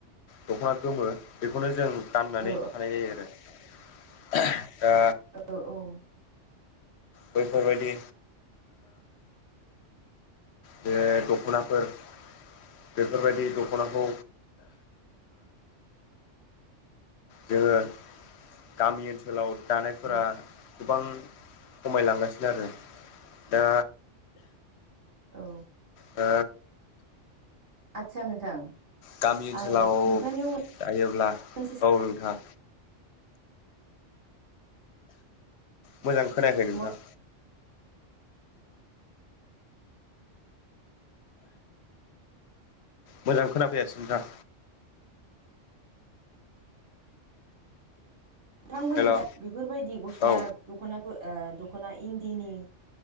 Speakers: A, on the left; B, on the right.
A: दख'ना गोमो बेखौनो जों गाननानै
B: औ
A: थानाय जायो आरो दा
B: औ औ
A: बैफोरबायदि बे दख'नाफोर बेफोरबायदि दख'नाखौ जोङो गामि ओनसोलाव दानायफोरा
B: औ
A: गोबां खमायलांगासिनो आरो दा
B: औ
A: ओ
B: आदसा नोंथां
A: गामि ओनसोलाव
B: आं नोंथांनियाव
A: थायोब्ला
B: मोनसे
A: औ नोंथां मोजां खोनायाखै
B: नोंथांमोननिथिं
A: नोंथां मोजां खोनाफैयासै नोंथां
B: नोंथांमोननि
A: हेल' औ
B: बेफोरबायदि गस्ला
A: औ
B: दख'नाफोर दख'ना इन्दिनि